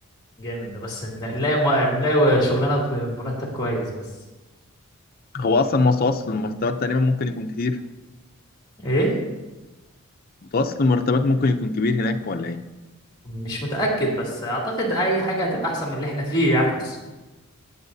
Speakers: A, on the left; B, on the left.
A: جامد ده بس نلاقي مو... نلاقي شغلانه بمرتب كويس بس
B: هو اصلا متوسط المرتبات تقريبا ممكن يكون كتير
A: ايه
B: متوسط المرتبات ممكن يكون كبير هناك ولا ايه
A: مش متاكد بس اعتقد اي حاجه هتبقى احسن من اللي احنا فيه يعني